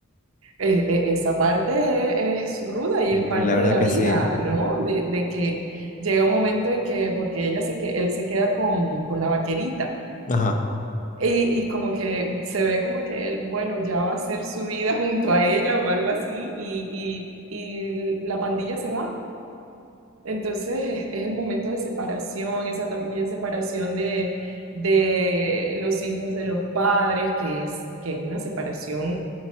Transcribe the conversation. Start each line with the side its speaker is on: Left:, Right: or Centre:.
Right: Eh, eh, esa parte es, es ruda y
Left: Sí,
Right: es parte
Left: la verdad
Right: de la
Left: que
Right: vida,
Left: sí.
Right: ¿no? De, de que llega un momento en que, porque ella se que él se queda con, con la vaquerita.
Left: Ajá.
Right: Y, y como que se ve como que él, bueno, ya va a hacer su vida <laughs> junto a ella o algo así, y, y, y la pandilla se va. Entonces es, es el momento de separación, esa también separación de, de los hijos de los padres, que es, que es una separación